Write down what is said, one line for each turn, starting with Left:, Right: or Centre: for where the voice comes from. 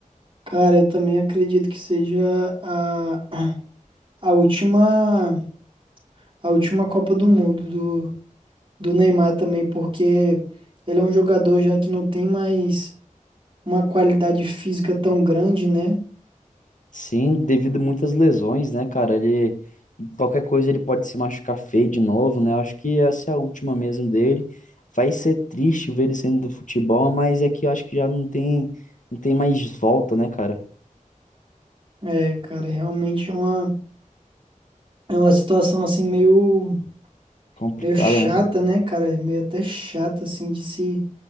Right: Cara, eu também acredito que seja a, a última, a última Copa do Mundo do, do Neymar também, porque ele é um jogador já que não tem mais uma qualidade física tão grande, né?
Left: Sim, devido a muitas lesões, né, cara? Ele qualquer coisa ele pode se machucar feio de novo, né? Eu acho que essa é a última mesmo dele. Vai ser triste ver ele saindo do futebol, mas é que eu acho que já não tem não tem mais volta, né, cara?
Right: É, cara, realmente é uma, é uma situação assim meio,
Left: Complicado,
Right: meio chata,
Left: né?
Right: né, cara? Meio até chata, assim, de se,